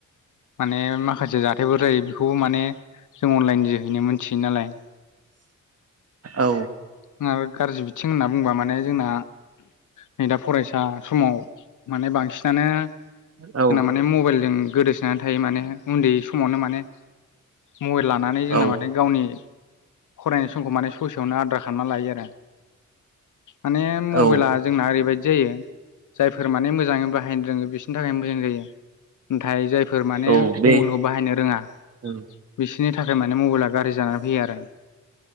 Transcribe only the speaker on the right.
औ
औ
औ
औ
औ
बे
औ